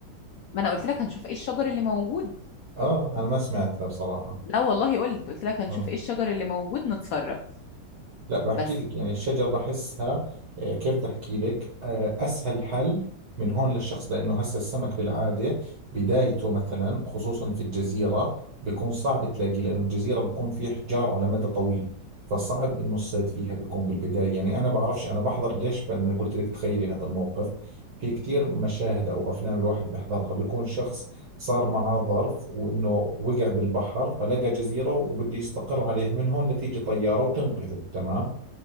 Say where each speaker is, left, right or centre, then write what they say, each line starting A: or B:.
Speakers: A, on the left; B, on the right.
A: ما انا قلت لك هنشوف ايه الشجر اللي موجود
B: اه انا ما سمعتها بصراحة
A: لا والله قلت قلت لك هنشوف
B: آه.
A: ايه الشجر اللي موجود نتصرف
B: لا بحكي
A: بس
B: لك يعني الشجر بحسها آه، كيف بدي احكي لك آه، اسهل حل من هون للشخص لانه هسه السمك بالعاده بدايته مثلا خصوصا في الجزيره بيكون صعب تلاقيه لانه الجزيره بيكون في احجار على مدى طويل فصعب انه الصيد فيها بيكون بالبدايه يعني انا بعرفش انا بحضر ليش ب- انا قلت لك تخيلي هذا الموقف في كتير مشاهد او افلام الواحد بحضرها بيكون شخص صار معاه ظرف وإنه وقع بالبحر فلقى جزيرة وبده يستقر عليها من هون لتيجي طيارة وتنقذه تمام